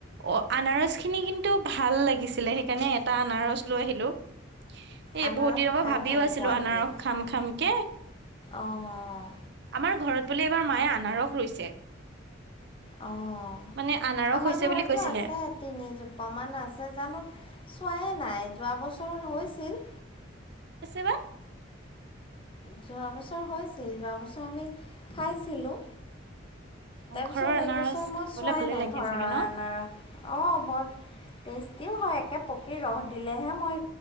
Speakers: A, on the right; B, on the left.
A: অঁ আনাৰসখিনি কিন্তু ভাল লাগিছিলে সেইকাৰণে এটা আনাৰস লৈ আহিলোঁ। এ
B: আনাৰস
A: বহুত দিনৰ পৰা
B: খাই
A: ভাবিও
B: ভাল
A: আছিলো
B: পোৱা
A: আনাৰস
B: নেকি
A: খাম খাম কে,
B: অঁ
A: আমাৰ ঘৰত বোলে এবাৰ মায়ে আনাৰস ৰুইছে।
B: অঁ
A: মানে আনাৰস
B: আমাৰ
A: হৈছে
B: ঘৰতো
A: বুলি কৈছিলে
B: আছে। তিনিজোপামান আছে জানো চোৱায়ে নাই যোৱা বছৰত হৈছিল।
A: <unintelligible> বা,
B: যোৱা বছৰ হৈছিল যোৱা বছৰ আমি খাইছিলোঁ। তাৰপিছত
A: ঘৰৰ আনাৰস
B: এইবছৰ মই
A: খাবলে
B: চোৱাই
A: ভালে
B: নাই
A: লাগে
B: ঘৰৰ
A: চাগে ন?
B: আনাৰস অ বৰ টেষ্টিও হয় একে পকি ৰস দিলেহে মই